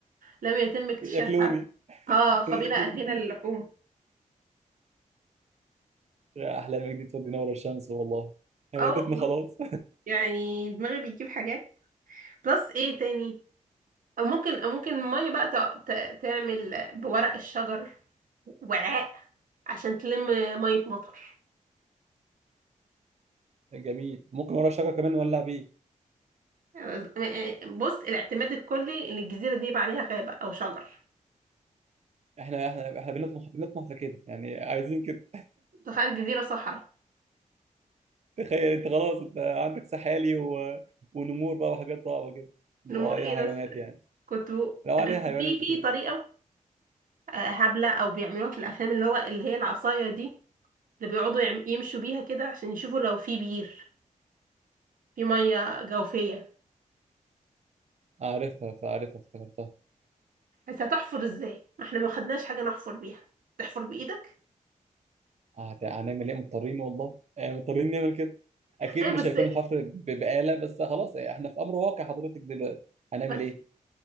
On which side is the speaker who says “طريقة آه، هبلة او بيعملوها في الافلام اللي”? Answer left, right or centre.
Right